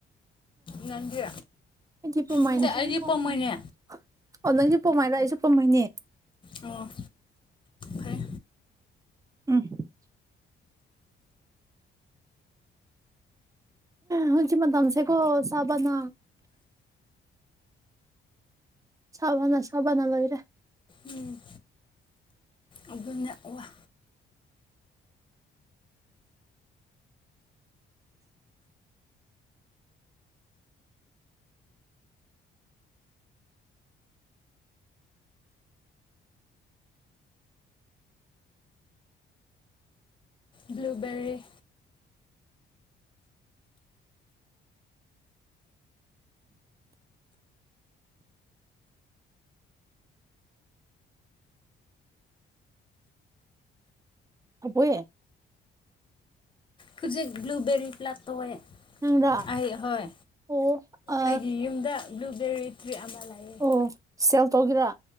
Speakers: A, on the left; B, on the right.
A: ꯅꯪꯗꯤ
B: ꯑꯩꯗꯤ ꯄꯧꯃꯩꯅꯤ
A: ꯅꯠꯇꯦ ꯑꯩꯗꯤ ꯄꯥꯝꯃꯣꯏꯅꯦ
B: ꯑꯣ ꯅꯪꯗꯤ ꯄꯣꯃꯥꯏꯔ ꯑꯩꯁꯨ ꯄꯣꯃꯩꯅꯦ
A: ꯑꯣ ꯐꯩ
B: ꯎꯝ ꯍꯧꯖꯤꯛ ꯃꯇꯝꯁꯤ ꯀꯣ ꯁꯥꯕꯅ ꯁꯥꯕꯅ ꯁꯥꯕꯅ ꯂꯣꯏꯔꯦ
A: ꯎꯝ ꯑꯗꯨꯅꯦ ꯑꯣꯌꯦ ꯕꯨꯜꯕꯦꯔꯤ
B: ꯍꯣꯋꯦ
A: ꯍꯧꯖꯤꯛ ꯕꯨꯜꯕꯦꯔꯤ ꯄ꯭ꯂꯛ ꯇꯣꯋꯦ
B: ꯅꯪꯔ
A: ꯑꯩ ꯍꯣꯏ
B: ꯑꯣ ꯑ
A: ꯑꯩꯒꯤ ꯌꯨꯝꯗ ꯕꯨꯜꯕꯦꯔꯤ ꯇ꯭ꯔꯤ ꯑꯃ ꯂꯩꯑꯦ
B: ꯑꯣ ꯁꯦꯜ ꯇꯧꯒꯦꯔꯥ